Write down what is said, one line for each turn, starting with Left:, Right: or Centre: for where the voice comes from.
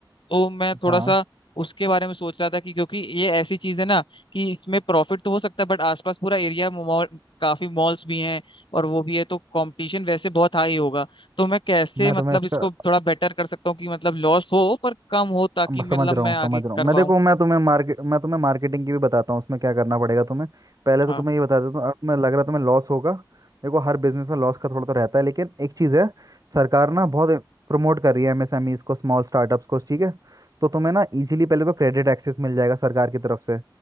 Left: तो मैं थोड़ा
Right: हाँ
Left: सा उसके बारे में सोच रहा था कि क्योंकि ये ऐसी चीज है ना कि इसमें प्रॉफिट तो हो सकता है बट आसपास पूरा एरिया मॉल काफी मॉल्स भी हैं और वो भी है तो कंपटीशन वैसे बहुत हाई होगा तो मैं कैसे
Right: मैं
Left: मतलब
Right: तुम्हें उसका
Left: इसको थोड़ा बेटर कर सकता हूँ कि मतलब लॉस हो पर कम हो ताकि
Right: अब
Left: मतलब
Right: समझ रहा
Left: मैं
Right: हूँ
Left: आगे
Right: समझ रहा
Left: कर
Right: हूँ मैं
Left: पाऊँ
Right: देखो मैं तुम्हें मार्केट मैं तुम्हें मार्केटिंग की भी बताता हूँ उसमें क्या करना पड़ेगा तुम्हें पहले
Left: हाँ
Right: तो तुम्हें ये बता देता हूँ अब तुम्हें लग रहा है तुम्हें लॉस होगा देखो हर बिजनेस में लॉस का थोड़ा तो रहता है लेकिन एक चीज़ है सरकार ना बहुत प्रमोट कर रही है एमएसएमईज को स्मॉल स्टार्टअप्स को ठीक है तो तुम्हें ना इजीली पहले तो क्रेडिट एक्सेस मिल जाएगा सरकार की तरफ से